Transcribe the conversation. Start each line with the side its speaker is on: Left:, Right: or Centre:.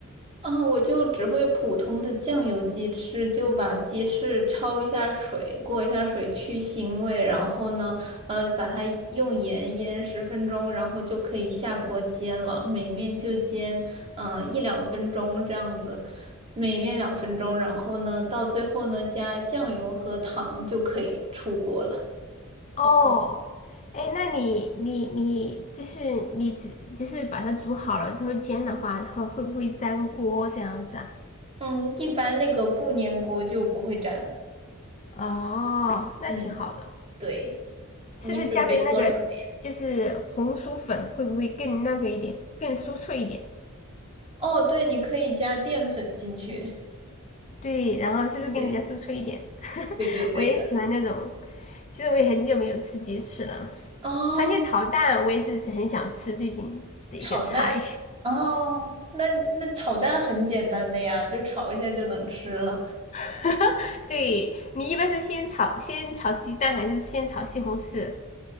Right: 啊，我就只会普通的酱油鸡翅，就把鸡翅焯一下水，过一下水去腥味，然后呢，呃，把它用盐腌十分钟，然后就可以下锅煎了。每面就煎，嗯、一两分钟这样子，每面两分钟，然后呢，到最后呢，加酱油和糖就可以出锅了。
Left: 哦，哎，那你你你就是你只就是把它煮好了之后煎的话，它会不会粘锅这样子啊？
Right: 嗯，一般那个不粘锅就不会粘。
Left: 哦，那挺好的。
Right: 嗯，对，你准备做什么？
Left: 是不是加点那个就是红薯粉会不会更那个一点，更酥脆一点？
Right: 哦，对，你可以加淀粉进去。
Left: 对，然后是不是更加酥脆一点？
Right: 对
Left: <laughs>
Right: 对对对的。
Left: 我也喜欢那种，其实我也很久没有吃鸡翅了。
Right: 哦，
Left: 番茄炒蛋我也是是很想吃最近的一个菜。
Right: 炒蛋。哦，那那炒蛋很简单的呀，就炒一下就能吃了。
Left: <laughs> 对，你一般是先炒先炒鸡蛋还是先炒西红柿？